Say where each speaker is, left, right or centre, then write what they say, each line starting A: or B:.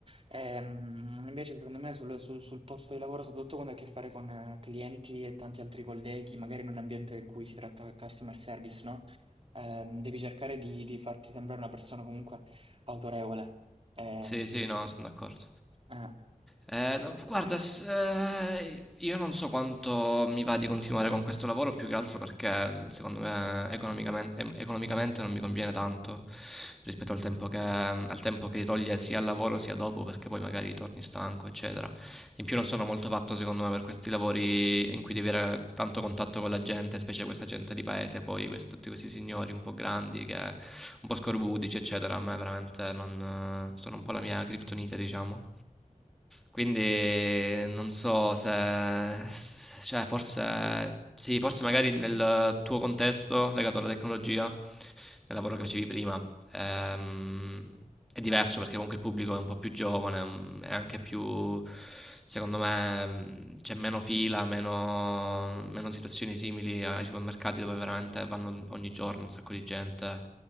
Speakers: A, on the right (about 40°); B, in the centre.
A: Ehm, invece, secondo me, sul, sul- sul posto di lavoro, soprattutto quando hai a che fare con eh, clienti e tanti altri colleghi, magari in un ambiente in cui si tratta customer service, no? Ehm, devi cercare di, di farti sembrare una persona comunque Autorevole. Ehm,
B: Sì, sì, no, sono d'accordo.
A: eh.
B: Eh, no, guarda, s- eh, io non so quanto mi va di continuare con questo lavoro, più che altro perché secondo me economicamen- em- economicamente, non mi conviene tanto rispetto al tempo che, al tempo che ti toglie sia al lavoro sia dopo, perché poi magari torni stanco, eccetera. In più non
A: Mh.
B: sono molto fatto secondo me per questi lavori in cui devi avere tanto contatto con la gente, specie questa gente di paese, poi quest- tutti questi signori un po' grandi, che un po' scorbudici, eccetera. A me veramente non, eh, sono un po' la mia criptonite, diciamo. Quindi non so se, se- cioè forse, sì, forse magari nel tuo contesto legato alla tecnologia nel lavoro che facevi prima. Ehm, è diverso perché comunque il pubblico è un po' più giovane, mm, è anche più, secondo me, mm, c'è meno fila, meno, meno situazioni simili ai supermercati dove veramente vanno ogni giorno un sacco di gente eh,